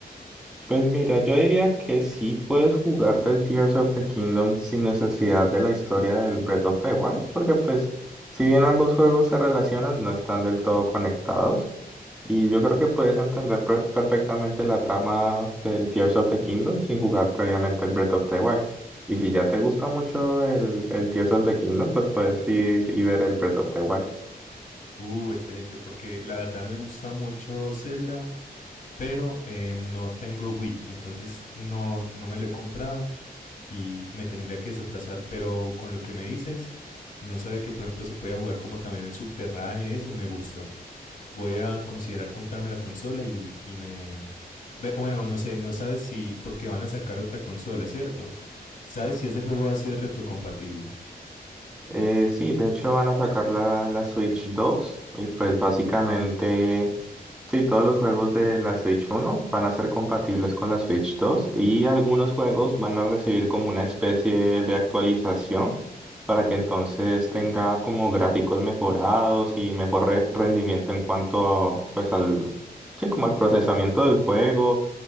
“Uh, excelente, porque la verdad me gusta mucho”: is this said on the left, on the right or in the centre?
Left